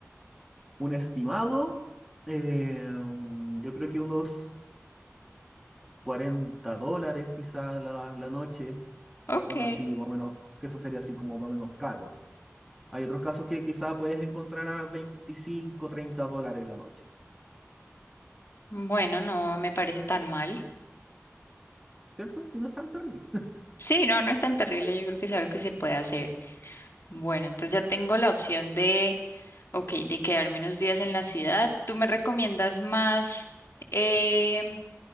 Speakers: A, in the centre; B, on the left.
A: Un estimado, eh, yo creo que unos 40 dólares quizá la, la noche,
B: Ok.
A: uno así más o menos, que eso sería así como más o menos caro. Hay otros casos que quizá puedes encontrar a 25 30 dólares la noche,
B: Bueno, no me parece tan mal.
A: ¿cierto? Si no es tan terrible.
B: Sí, no, no es tan terrible. Yo creo que es algo que se puede hacer. Bueno, entonces ya tengo la opción de, ok, de quedarme unos días en la ciudad. ¿Tú me recomiendas más? em,